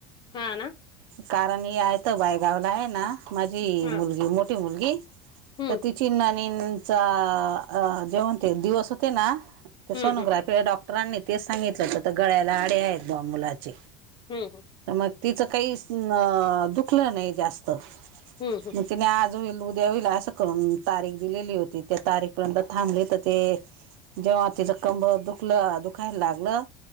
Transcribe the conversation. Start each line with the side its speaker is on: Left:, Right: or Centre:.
Left: हां ना.
Right: कारण याय तर बायगावला हायना माझी
Left: हा
Right: मुलगी मोठी मुलगी
Left: हम्म
Right: तर तिची नंणीदचा <unintelligible> दिवस होते ना ते
Left: हम्म
Right: सोनोग्राफी डॉक्टरांनी तेच सांगितलं होतं तर गळ्याला आडे आहेत बा मुलाचे.
Left: हम हम.
Right: तर मग तिचं काहीच दुखलं नाही जास्त-
Left: हम, हम.
Right: मग तिने आज होईल उद्या होईल असं करून तारीख दिलेली होती, त्या तारीख पर्यंत थांबली तर ते जेव्हा तिचं कंबर दुखलं दुखायला लागलं